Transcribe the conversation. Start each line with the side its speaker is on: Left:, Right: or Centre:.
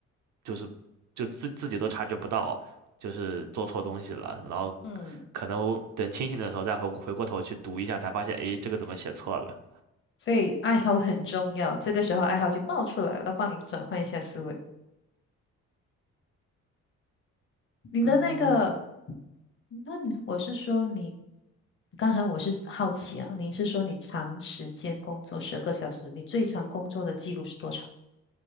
Right: 就是就自自己都察觉不到，就是做错东西了。然后
Left: 嗯。
Right: 可能等清醒的时候再回回过头去读一下，才发现，诶，这个怎么写错了？
Left: 所以爱好很重要，这个时候爱好就冒出来了，帮你转换一下思维。你的那个，
Right: 嗯，
Left: 那你如果是说你，刚才我是好奇啊，你是说你长时间工作十个小时，你最长工作的记录是多长？